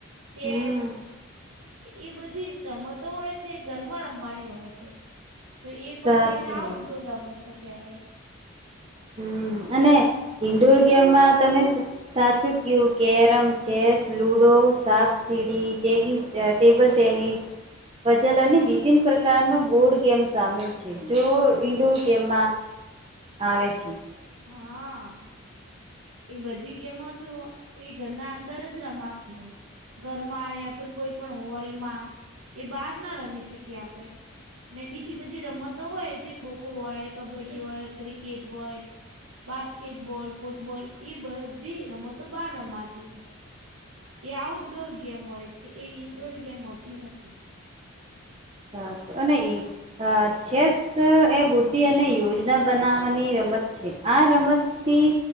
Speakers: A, on the right; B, on the right.
A: ચેસ
B: હમ
A: એ બધી રમતો હોય છે ઘરમાં રમવાની હોય છે. તો એ પછી
B: સાચી
A: એને આઉટડોર રમત તો કેવાય એમ.
B: હમ અને ઇન્ડોર ગેમમાં તમે સાચું ક્યુ કેરમ ચેસ લૂડો સાપ સીડીી ટેનિસ ટટેબલ ટેનિસ વજલની વિભિન પ્રકારનો બોર્ડ ગેમ સામેલ છે જો ઈન્ડોર ગેમમાં આવે આવે છે. <inaudible>
A: હા
B: <unintelligible>
A: એ બધી ગેમો શ એ ઘરના અંદર જ રમાતી હોય. ઘરમાં યા કોઈ પણ હોલમાં એ બહાર ના રમી શકીએ આપણે. અને બીજી બધી રમતો હોય જે ખોખો હોય કબડ્ડી હોય ક્રિકેટ હોય. બાસ્કેટબોલ ફૂટબોલ એ બધી રમતો બાર રમાતી હોય. એ આઉટડોર ગેમ હોય છે એ ઈન્ડોર ગેમ હોતી નથી.
B: અ છે અનેને એ છેદ એ બુદ્ધિ અને યોજના બનાવવાની રમત છે આ રમતથી